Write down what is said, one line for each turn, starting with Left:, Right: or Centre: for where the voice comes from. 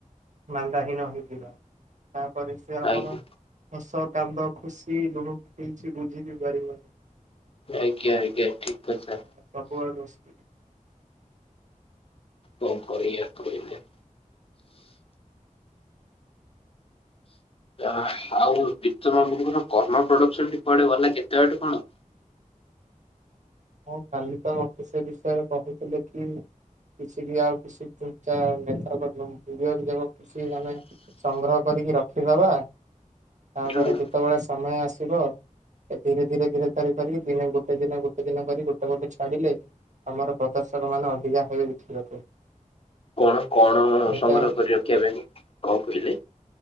Right: ମାନ୍ଦା ହୀନ ହେଇଯିବ ତାପରେ ସେ ଆମର
Left: ଆଜ୍ଞା
Right: ହସ କାନ୍ଦ ଖୁସି ଲୁହକୁ କି କିଛି ବୁଝି ବି ପାରିବନି।
Left: ଆଜ୍ଞା ଆଜ୍ଞା ଠିକ୍ କଥା
Right: ପ୍ରବଳ ଦୋଷ।
Left: କଣ କରିବା କହିଲେ। ଆଉ ପ୍ରତମବ କଣ କର୍ମ ପ୍ରଡକ୍ସନ ପଡେ ଗଲା କେତେ ବାଟ କଣ।
Right: ମୁଁ କାଲି ତ ଅଫିସ ବିଷୟରେ କହୁଥିଲେ କି କିଛି ବି ଆଉ କିଛି ନେତାଙ୍କ ଯୁଆଡେ ଯାହା ଖୁସି କିଛି ଆମେ ସଂଗ୍ରହ କରିକି ରଖିଦବା। ତାପରେ
Left: ଯୋଉ
Right: ଯେତେବେଳେ ସମୟ ଆସିବ ଧୀରେ ଧୀରେ ଧୀରେ ତିରି କରିକି ଦିନେ ଗୋଟେ ଦିନେ ଗେ ଗୋଟେ ଦିନ କରି ଗୋଟେ ଗୋଟେ ଛାଡ଼ିଲେ ଆମର ପ୍ରଦର୍ଶକ ମାନେ ଅଧିକା ହେବେ ଦେଖିବାକୁ
Left: କଣ କଣ
Right: ଏଟା
Left: ସଂଗ୍ରହ କରି ରଖିବା ପାଇଁ କଣ କହିଲେ